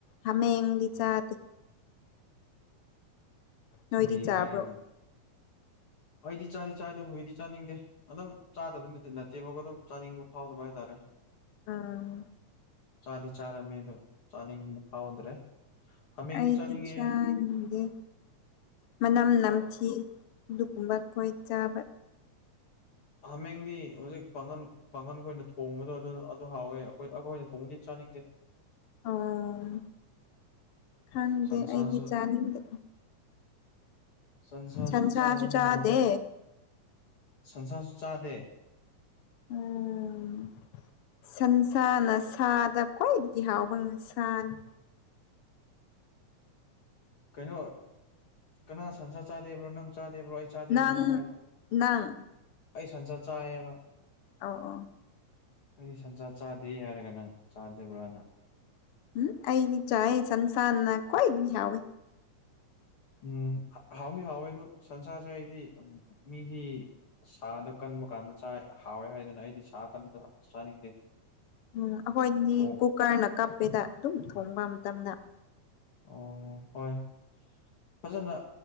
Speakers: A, on the left; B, on the left.
A: ꯍꯥꯃꯦꯡꯗꯤ ꯆꯥꯗꯦ ꯅꯣꯏꯗꯤ
B: ꯍꯨꯏ
A: ꯆꯥꯕ꯭ꯔꯣ
B: ꯍꯥꯏꯔꯦꯅ ꯑꯩꯗꯤ ꯆꯥꯗꯤ ꯆꯥꯏ ꯗꫭ ꯍꯨꯏꯗꯤ ꯆꯥꯅꯤꯡꯗꯦ ꯑꯗꯨꯝ ꯆꯥꯗꯕꯠꯇꯦ ꯅꯠꯇꯦꯕ ꯑꯗꯨꯝ ꯆꯥꯅꯤꯡꯕ ꯐꯥꯎꯗꯕ ꯍꯥꯏꯇꯥꯔꯦ
A: ꯎꯝ
B: ꯆꯥꯗꯤ ꯆꯥꯔꯝꯃꯤ ꯗꯨ ꯆꯥꯅꯤꯡꯕ ꯐꯥꯎꯗ꯭ꯔꯦ ꯍꯥꯃꯦꯡꯗꯤ
A: ꯑꯩꯗꯤ
B: ꯆꯥꯅꯤꯡꯉꯦ
A: ꯆꯥꯅꯤꯡꯗꯦ ꯃꯅꯝ ꯅꯝꯊꯤ
B: ꯍ
A: ꯑꯗꯨꯒꯨꯝꯕ ꯑꯩꯈꯣꯏ ꯆꯥꯕ
B: ꯍꯥꯃꯦꯡꯗꯤ ꯍꯧꯖꯤꯛ ꯄꯥꯡꯒꯟ ꯄꯥꯡꯒꯟꯈ ꯑꯣꯏꯅ ꯊꯣꯡꯕꯗꯣ ꯑꯗꯨ ꯑꯗꯨ ꯍꯥꯎꯋꯦ ꯑꯩꯈꯣꯏ ꯑꯩꯒꯣꯏ ꯑꯣꯏꯅ ꯊꯣꯡꯕꯗꯤ ꯆꯥꯅꯤꯡꯗꯦ
A: ꯑꯣ ꯈꯪꯗꯦ
B: ꯁꯟꯁꯥꯁꯨ
A: ꯑꯩꯗꯤ ꯆꯥꯅꯤꯡꯗꯦ
B: ꯁꯟꯁꯥꯁꯨ
A: ꯁꯟꯁꯥ
B: ꯆꯥꯕ
A: ꯁꯨ ꯆꯥꯗꯦ
B: ꯍꯥꯎꯋꯦ ꯁꯟꯁꯥꯁꯨ ꯆꯥꯗꯦ <inaudible>
A: ꯎꯝ ꯁꯟꯁꯥꯅ ꯁꯥꯗ ꯈ꯭ꯋꯥꯏꯗꯒꯤ ꯍꯥꯎꯕꯅ ꯁꯥꯅꯤ
B: ꯀꯩꯅꯣ ꯀꯅꯥ ꯁꯟꯁꯥ ꯆꯥꯗꯦꯕ꯭ꯔꯣ ꯅꯪ ꯆꯥꯗꯦꯕ꯭ꯔꯣ ꯑꯩ ꯆꯥꯗꯦꯕꯅꯣ
A: ꯅꯪ
B: ꯍꯥꯏꯕ
A: ꯅꯪ
B: ꯑꯩ ꯁꯟꯆꯠ ꯆꯥꯏꯌꯦꯕ
A: ꯑꯥꯎ ꯑꯧ
B: ꯑꯩꯗꯤ ꯁꯟꯁꯥ ꯆꯥꯗꯦ ꯍꯥꯏꯔꯒ ꯅꯪ ꯆꯥꯗꯕ꯭ꯔꯥꯅ
A: ꯎꯝ ꯑꯩꯗꯤ ꯆꯥꯏꯦ ꯁꯟꯁꯥꯅ ꯈ꯭ꯋꯥꯏꯗꯤ ꯌꯥꯎꯋꯦ
B: ꯎꯝ ꯍꯥꯎꯗꯤ ꯍꯥꯎꯋꯦ ꯑꯗꯣ ꯁꯟꯁꯥꯔꯁꯦ ꯑꯩꯗꯤ ꯎꯝ ꯃꯤꯗꯤ ꯁꯥꯗꯣ ꯀꯟꯕ ꯀꯥꯟꯗ ꯆ ꯍꯥꯎꯋꯦ ꯍꯥꯏꯗꯅ ꯑꯩꯗꯤ ꯁꯥ ꯀꯟꯕꯣ ꯆꯥꯅꯤꯡꯗꯦ
A: ꯎꯝ ꯑꯩꯈꯣꯏꯅꯤ
B: ꯊꯣꯡ
A: ꯀꯨꯀꯔꯅ ꯀꯞꯄꯦꯗ ꯑꯗꯨꯝ ꯊꯣꯡꯕ ꯃꯇꯝꯗ
B: ꯑꯣ ꯍꯣꯏ ꯐꯖꯅ